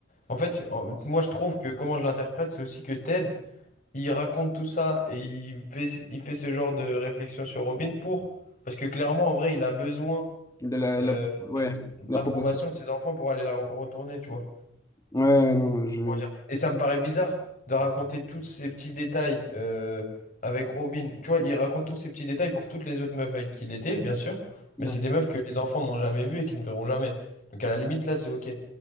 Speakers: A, on the left; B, on the left.
A: En fait, en- moi, je trouve que comment je l'interprète, c'est aussi que Ted, il raconte tout ça et il fait, il fait ce genre de réflexion sur Robin pour, parce que clairement, en vrai, il a besoin,
B: la,
A: euh,
B: la- ouais,
A: de
B: la
A: l'approbation
B: proportion.
A: de ses enfants pour aller la re- retourner, tu vois.
B: Ouais, non, je...
A: Comment dire Et ça me paraît bizarre de raconter tous ces petits détails euh, avec Robin. Tu vois, il raconte tous ces petits détails pour toutes les autres meufs avec qui il était, bien sûr. Mais
B: Ouais,
A: c'est des meufs que les enfants n'ont jamais vues et qui ne verront jamais. Donc à la limite, là, c'est OK.